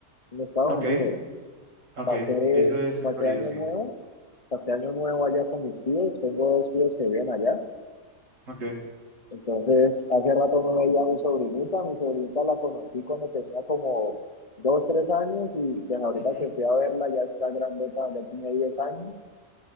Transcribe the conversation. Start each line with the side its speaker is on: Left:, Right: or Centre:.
Left: en Estados
Right: Ok,
Left: Unidos.
Right: ok,
Left: Pasé,
Right: eso es
Left: pasé
Right: en Florida,
Left: año
Right: sí.
Left: nuevo, pasé año nuevo allá con mis tíos, tengo dos tíos que viven allá,
Right: Ok.
Left: entonces hace rato no veía a mi sobrinita, mi sobrinita la conocí cuando tenía como dos, tres años y pues ahorita
Right: Ujú.
Left: que fui a verla ya está grandota, ya tiene 10 años